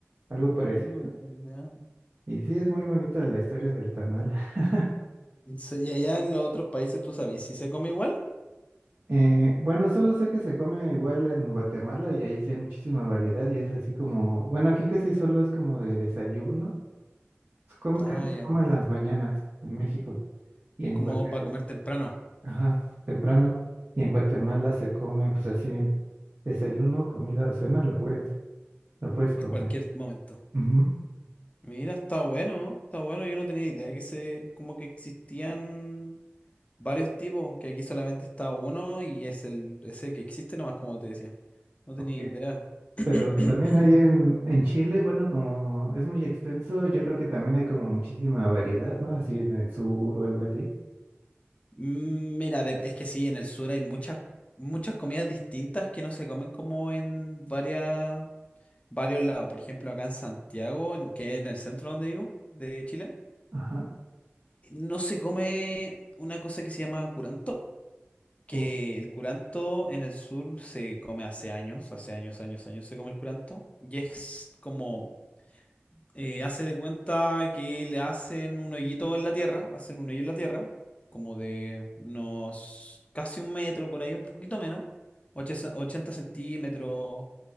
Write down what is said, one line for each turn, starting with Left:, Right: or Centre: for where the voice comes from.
Right: algo
Left: Mm,
Right: parecido.
Left: ya.
Right: Y sí, es muy bonita la historia del tamal. <laughs>
Left: Se- Y allá en los otros países, ¿tú sabes si se come igual?
Right: Eh, bueno, solo sé que se come igual en Guatemala y ahí sí hay muchísima variedad y es así como, bueno, aquí casi solo es como de desayuno, es como
Left: Ah,
Right: casi se
Left: ya.
Right: come en las mañanas en México y en
Left: Es como
Right: Guatemala,
Left: para comer temprano,
Right: ajá, temprano. Y en Guatemala se come pues así, desayuno, comida, cena, lo puedes, lo puedes comer.
Left: en cualquier momento.
Right: Ujú.
Left: Mira, está bueno, está bueno. Yo no tenía idea que se, como que existían varios tipos, que aquí solamente está uno y es el ese que existe nomás, como te decía. No tenía
Right: Ok,
Left: idea. <clears throat>
Right: Pero también hay en, en Chile, bueno, como es muy extenso, yo creo que también hay como muchísima variedad, ¿no? Así en el sur o algo así.
Left: Mm, Mira, de- es que sí, en el sur hay muchas, muchas comidas distintas que no se comen como en varias, varios lados. Por ejemplo, acá en Santiago, en- que es en el centro donde vivo, de Chile,
Right: Ajá.
Left: no se come una cosa que se llama curanto, que
Right: Oh,
Left: el curanto en el sur se come hace años, hace años, años, años se come el curanto, y es como eh, hace de cuenta que le hacen un hoyito en la tierra, hacen un hoyo en la tierra, como de unos casi un metro, por ahí un poquito menos, oche- 80 centímetros,